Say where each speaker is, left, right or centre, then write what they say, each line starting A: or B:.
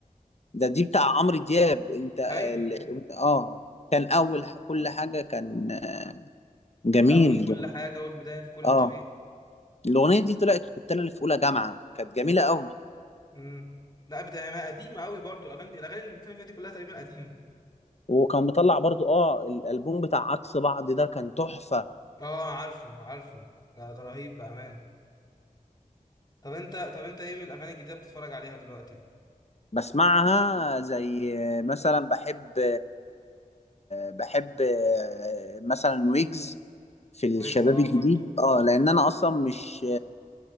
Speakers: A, on the left; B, on the left.
A: ده دي بتاع عمرو دياب انت ال...
B: ايوه
A: اه كان اول ح- كل حاجه كان آه، جميل
B: انت اول كل حاجه اول بدايه في كل
A: اه
B: شيء
A: الاغنيه دي طلعت كنت انا اللي في اولى جامعه كانت جميله قوي
B: امم لا بدايه ما قديمه قوي برضو الاغاني دي الاغاني اللي بتكلم فيها دي كلها تقريبا قديمه
A: وكان مطلع برضو اه الالبوم بتاع عكس بعض ده كان تحفه
B: اه عارفه عارفه ده ده رهيب بامانه طب انت طب انت ايه من الاغاني الجديده بتتفرج عليها دلوقتي
A: بسمعها زي مثلا بحب بحب مثلا ويجز في الشباب
B: ويجز اه
A: الجديد
B: برضو
A: اه لان انا اصلا مش